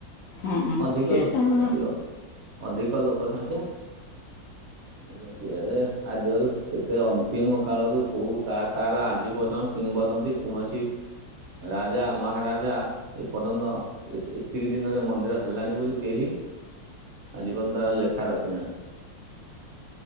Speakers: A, on the left (about 90°); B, on the right (about 50°).
A: ହଁ
B: ଅଧିକ
A: ସିଏ
B: ଲୋ
A: ତାଙ୍କର
B: ଟିକ ଅଧିକ ଲୋକ ସଂଖ୍ୟା ଏଇ ସ ସିଏ ହେଲେ ଆଦ୍ୟରୁ କେତେ ଅନ୍ତିମ କାଳରୁ କୋଉ ତା ତାର ଆଜି ପର୍ଯ୍ୟନ୍ତ କିମ୍ବଦନ୍ତୀ କୌଣସି ରାଜା, ମହାରାଜା ଏ ପର୍ଯ୍ୟନ୍ତ ଏ ଏତିକି ଦିନରେ ମନ୍ଦିର ହେଲାଣି ବୋଲି କେହି ଆଜି ପର୍ଯ୍ୟନ୍ତ ତାଙ୍କ ଲେଖା ରଖି ନାହାନ୍ତି।